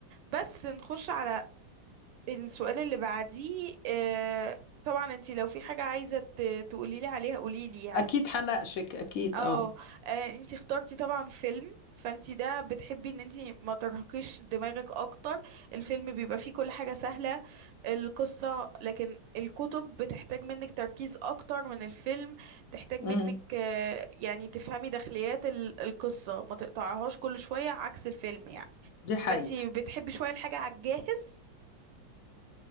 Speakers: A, on the right (about 80°); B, on the left (about 65°).
A: بس نخش على السؤال اللي بعديه آه، طبعا انتي لو في حاجة عايزة تقولي لي عليها قولي لي يعني
B: اكيد هناقشك اكيد
A: اه
B: اه
A: آه، انتي اخترتي طبعا فيلم فانتي ده بتحبي ان انتي ما ترهقيش دماغك اكتر الفيلم بيبقى فيه كل حاجة سهلة القصة لكن الكتب بتحتاج منك تركيز اكتر من الفيلم تحتاج منك
B: امم
A: آه، يعني تفهمي داخليات ال- القصة ما تقطعهاش كل شوية عكس الفيلم يعني
B: دي حقيقة
A: فانتي بتحبي شوية الحاجة على الجاهز